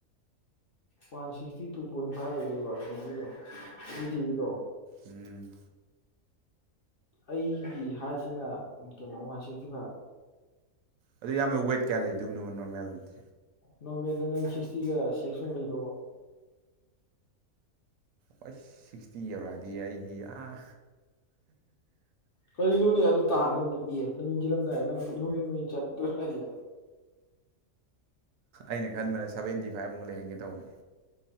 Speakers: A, on the left; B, on the right.
A: one sixty two point five ꯑꯣꯏꯗꯣꯏꯕ ꯀꯩꯅꯣꯒꯤꯗꯣ ꯖꯤꯗꯤꯒꯤꯗꯣ
B: ꯎꯝ
A: ꯑꯩꯒꯤ ꯍꯥꯏꯠꯁꯤꯅ ꯀꯩꯅꯣ ꯋꯥꯟ ꯁꯤꯛꯁꯇꯤ ꯐꯥꯏꯚ
B: ꯑꯗꯨ ꯌꯥꯝꯕ ꯋꯦꯠ ꯀꯌꯥ ꯂꯩꯗꯣꯏꯕꯅꯣ ꯅꯣꯔꯃꯦꯜꯗꯤ
A: ꯅꯣꯔꯃꯦꯜꯗ ꯅꯪ ꯁꯤꯛꯁꯇꯤꯒ ꯁꯤꯛꯁꯃꯨꯛ ꯂꯩꯗꯧꯕ
B: ꯍꯁ ꯁꯤꯛꯁꯇꯤ ꯌꯧꯔꯛꯑꯗꯤ ꯑꯩꯗꯤ ꯑꯥ
A: ꯀꯔꯤꯅꯣꯅꯦ ꯑꯗꯨ ꯇꯥꯍꯟꯗꯣꯅꯦ ꯑꯦ ꯂꯝꯖꯦꯜ ꯆꯦꯜꯂꯝꯗꯥꯏ ꯅꯪ ꯏꯅꯣꯏ ꯅꯣꯏꯃꯩ ꯆꯠꯇꯣꯏꯔꯣ ꯍꯥꯏꯁꯦ
B: ꯑꯩꯅ ꯈꯟꯕꯅ ꯁꯕꯦꯟꯇꯤ ꯐꯥꯏꯚꯃꯨꯛ ꯂꯩꯍꯟꯒꯦ ꯇꯧꯕꯅꯤ